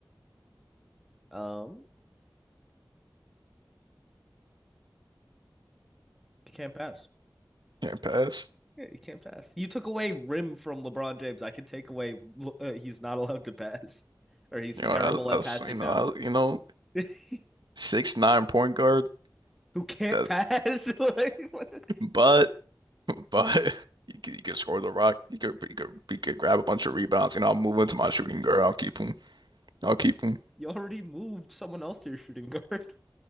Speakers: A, in the centre; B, on the right.
A: Um, he can't pass.
B: can't pass.
A: Yeah, he can't pass. You took away rim from LeBron James. I can take away uh, he's not allowed to pass, or he's
B: You
A: terrible
B: know, that's,
A: at
B: that's
A: passing
B: you know,
A: now.
B: I, you know,
A: <laughs>
B: six nine point guard
A: Who can't
B: that,
A: pass? <laughs> Like, what the-
B: but. <laughs> but you could, you could score the rock. You could, you could you could grab a bunch of rebounds, and I'll move into my shooting guard. I'll keep him. I'll keep him.
A: You already moved someone else to your shooting guard. <laughs>